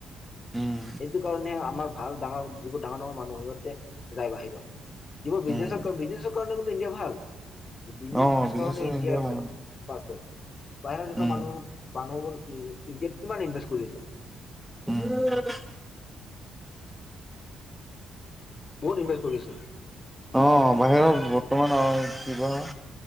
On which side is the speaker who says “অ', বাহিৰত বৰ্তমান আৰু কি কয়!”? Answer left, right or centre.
Centre